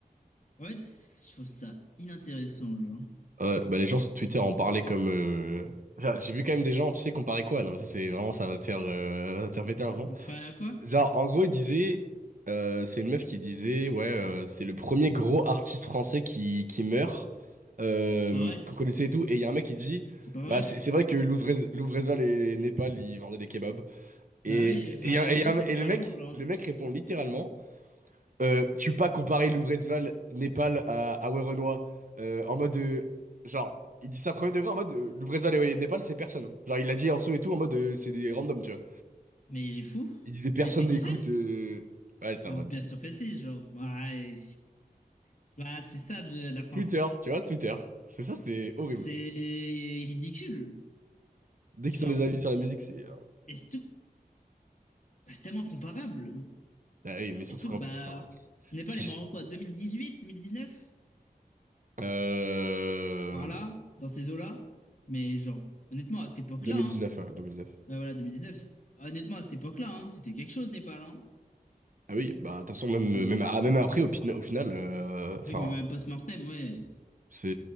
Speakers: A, on the left; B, on the right.
A: En fait, c'est- je trouve ça inintéressant, genre.
B: Ouais, bah, les gens sur Twitter en parlaient comme... euh, enfin, j'ai vu quand même des gens, tu sais, comparer quoi? Non, mais ça, c'est vraiment, ça va te faire, euh, ça va te faire péter un plomb.
A: Ils ont pas quoi?
B: Genre, en gros, il disait, euh, c'est une meuf qui disait, ouais, euh, c'est le premier gros artiste français qui, qui meurt, euh,
A: C'est pas vrai.
B: qu'on connaissait et tout. Et il y a un mec qui dit,
A: C'est pas vrai.
B: bah, c'est c'est vrai que Louvrez- Louvrezval et Népal, ils vendaient des kebabs. Et,
A: Bah oui,
B: et,
A: genre,
B: il y a- et
A: juste
B: il y a un-
A: littéralement,
B: et le mec,
A: genre.
B: le mec répond littéralement, euh, tu peux pas comparer Louvrezval, Népal à, à Werenoi, euh, en mode, euh, genre, il dit ça premier degré en mode, euh, Louvrezval et ouais, Népal, c'est personne. Genre, il l'a dit en dessous et tout, en mode, euh, c'est des randoms, tu vois.
A: Mais il est fou.
B: Il disait, personne
A: Mais c'est
B: n'écoute.
A: qui c'est?
B: euh, Ouais, t'es
A: Bah
B: en mode.
A: bien sûr que si, genre. Ouais. C'est bah, c'est ça de la France.
B: Twitter, tu vois, Twitter. C'est ça, c'est horrible.
A: c'est ridicule.
B: Dès
A: Genre,
B: qu'ils ont les avis sur la musique, c'est.
A: Estouk, bah, c'est tellement comparable.
B: Ah oui, mais surtout
A: Estouk,
B: quand.
A: bah,
B: Enfin,
A: on n'est pas
B: si
A: les morts
B: je-
A: en quoi, deux mille dix-huit, deux mille dix-neuf
B: Euh...
A: par là, dans ces eaux-là. Mais genre, honnêtement, à cette époque-là,
B: 2019,
A: hein,
B: hein, 2019.
A: ouais, voilà, neuf honnêtement, à cette époque-là, hein, c'était quelque chose, Népal, hein.
B: Ah oui, bah, de toute façon, même,
A: C'était.
B: même, ah, même après, au, pina- au final, euh, enfin,
A: Oui, mais même post-mortem, ouais.
B: c'est.